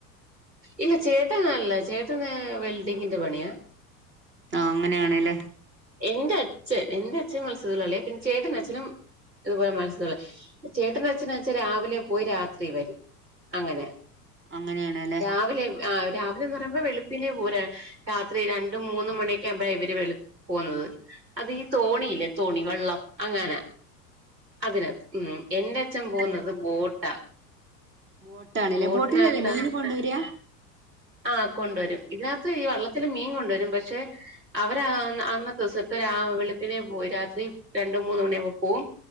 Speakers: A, on the right (about 80°); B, on the right (about 25°).
A: ഇല്ല ചേട്ടൻ കാൺല്ല ട്ടന് വെൽഡിങ്ങിന്റെ പണിയാ
B: ആ അങ്ങനെയാണേല്
A: എന്റെ അച്ഛൻ എന്റെ അച്ഛൻ മത്സ്യ തൊഴിലാളിയാ പിന്നെ ചേട്ടന്റെ അച്ഛനും ഇതുപോലെ മത്സ്യ തൊഴിലാളി ചേട്ടന്റെ അച്ഛൻന്ന് വച്ച രാവിലെ പോയി രാത്രി വരും അങ്ങനെ
B: അങ്ങനെയാണല്ലേ
A: രാവിലെ ആ രാ <unintelligible> ന്ന് പറയുമ്പോ വെളു പ്പിനെ പോരാ രാത്രി രണ്ട് മൂന്ന് മണിയൊക്ക്യാവുമ്പെയ ഇവര് വെളു പോവുന്നത് അത് ഈ തോണിയില്ലേ തോണി വള്ളം അങ്ങനെ അതിനാത്ത്. ഉം എന്റെ അച്ഛൻ
B: വള്ളത്തിന്
A: പോകുന്നത് ബോട്ടാ
B: ബോട്ടാണല്ലേ
A: ബോട്ടിനകത്താ
B: ബോട്ടിലല്ലേ മീൻ കൊണ്ട് വരാ
A: ആ കൊണ്ടുവരും. ഇതിനകത്ത് ഈ വള്ളത്തില് മീൻ കൊണ്ടുവരും. പക്ഷെ അവര് അന്ന് അന്നത്തെ ദിവസത്തെ രാ വെളുപ്പിനെ പോയി രാത്രി രണ്ട് മൂന്ന് മണിയാവും പോവും.